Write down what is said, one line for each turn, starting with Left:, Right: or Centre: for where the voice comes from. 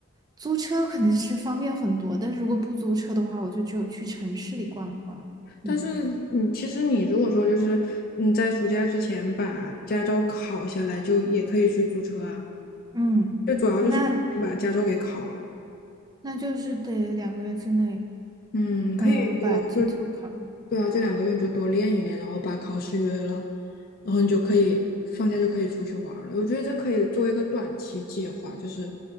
Right: 租车肯定是方便很多，但是如果不租车的话，我就只有去城市里逛一逛。嗯
Left: 但是，你其实你如果说就是你在暑假之前把驾照考下来，就也可以去租车啊。
Right: 嗯，
Left: 最主要就是你先把驾照给考了，
Right: 那那就是得两个月之内，
Left: 嗯，可以多就
Right: 嗯，把 G two 考了。
Left: 对啊，这两个月你就多练一练，然后把考试约了，然后你就可以放假就可以出去玩儿了。我觉得这可以作为一个短期计划，就是